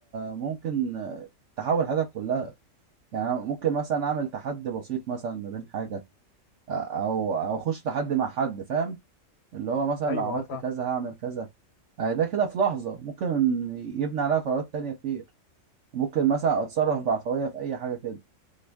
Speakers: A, on the right (about 70°); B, on the left (about 60°).
A: ممكن آه، تحول حياتك كلها يعني ممكن مثلا أعمل تحدي بسيط مثلا ما بين حاجة او او اخش تحدي مع حد فاهم اللي هو مثلا
B: ايوه
A: لو عملت
B: اه فاهم.
A: كذا هعمل كذا اهي ده كده في لحظة ممكن يبني عليها قرارات تانية كتير ممكن مثلا اتصرف بعفوية في اي حاجة كده